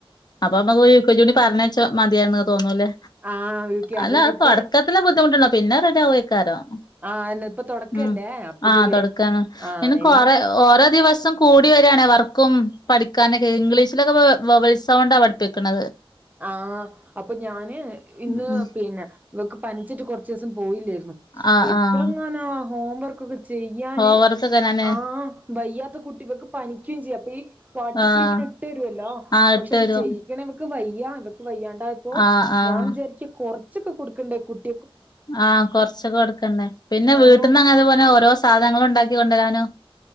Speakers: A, on the left (about 45°); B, on the right (about 15°).
A: അപ്പൊ അമ്മ യു കെ ജി കൂടി പറഞ്ഞയച്ച മതിയായ്ന്ന് തോന്നൂല്ലേ
B: ആ ക്ക്
A: അല്ല
B: അതന്നെ
A: അ
B: ഇപ്പൊര്
A: തൊട്ക്കത്തിലെ ബുദ്ധിമുട്ടൊള്ള പിന്നെ റെഡിയാവൊയ്ക്കാരം
B: ആഹ് ന്നെ ഇപ്പൊ തൊടക്കല്ലേ
A: മ്
B: അപ്പൊ
A: ആ
B: ഇതൊരു
A: തൊടക്കാണ്
B: ആഹ്
A: ഇന്ന്
B: ഇനി
A: കൊറെ ഓരോ ദിവസം കൂടി വരാ വർക്കും പഠിക്കാനൊക്കെ ഇംഗ്ലീഷിലൊക്കെ വവൽ സൗണ്ടാ പഠിപ്പിക്ക്ണത്
B: ആ അപ്പൊ ഞാന് ഇന്ന്
A: ഉം ഉം
B: പിന്നെ ഇവക്ക് പന്ച്ചിട്ട് കൊറച്ചീസം പോയില്ലാര്ന്ന്
A: ആഹ്
B: എത്രങ്ങാന
A: ആഹ്
B: ഹോംവർക്കൊക്കെ ചെ യ്യാന്
A: ഹോംവർക്കൊക്കെ ഞാന്
B: ആ വയ്യാത്ത കുട്ടി ഇവക്ക് പനിക്ക്യും ചെയ്യാ അപ്പ ഈ വാട്സപ്പിൽ
A: ആഹ്
B: ഇങ്ങനെ ഇട്ടരൊല്ലോ
A: ആഹ് ഇട്ടരും
B: പക്ഷെ അത് ചെയ്യിക്കണേ വക്ക് വയ്യാ വയ്യാണ്ടായപ്പൊ
A: ആഹ് ആഹ്
B: ഞാൻ വിചാര്ക്ക കൊറ്ച്ചൊക്കെ കൊട്ക്കണ്ടേ കുട്ട്
A: ആ കൊറ്ച്ചൊക്കെ കൊട്ക്കണ്ടേ പിന്നെ
B: ആഹ്
A: വീട്ട്ന്ന് അങ്ങനെ പോലെ ഓരോ സാധനങ്ങള് ഉണ്ടാക്കികൊണ്ടരാനും